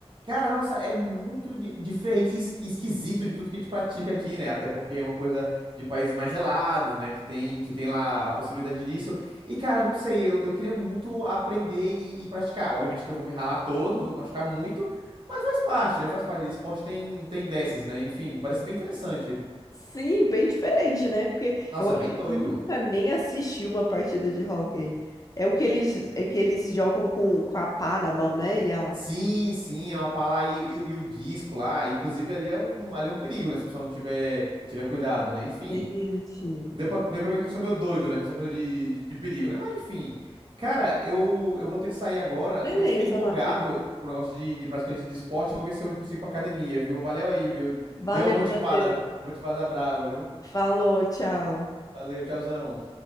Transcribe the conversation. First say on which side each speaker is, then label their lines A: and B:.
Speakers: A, on the right; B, on the left.
A: Cara, nossa, é muito di- diferente e es- esquisito de tudo que a gente pratica aqui, né? Até porque é uma coisa de países mais gelados, né? Que tem, que tem lá a possibilidade disso. E, cara, não sei, eu, eu queria muito aprender e, e praticar. Obviamente que eu vou me ralar todo, vou machucar muito, mas faz parte, né? Faz parte. Esporte tem, tem dessas, né? Enfim, parece bem interessante.
B: Sim, bem diferente, né? Porque
A: Nossa,
B: eu acho
A: bem
B: que
A: doido.
B: eu nunca nem assisti uma partida de hóquei. É o que eles, é que eles jogam com, com a pá na mão, né? E a...
A: Sim, sim, é uma pala aí e, o e o disco lá. Inclusive, ali é um, ali é um perigo, né? Se a pessoa não tiver, tiver cuidado, né? Enfim.
B: Gente.
A: Deu pra, deu pra ver que eu sou meio doido, né? Com essa coisa de, de, de perigo, né? Mas enfim. Cara, eu, eu vou ter que sair agora.
B: Beleza,
A: Eu fiquei empolgado
B: Matheus.
A: com o negócio de, de prática de, de esporte. Eu vou ver se hoje eu consigo ir pra academia, viu? Valeu aí, viu?
B: Valeu,
A: Deu uma motivada,
B: Matheus.
A: uma motivada brava, viu?
B: Falou, tchau.
A: Valeu, tchauzão.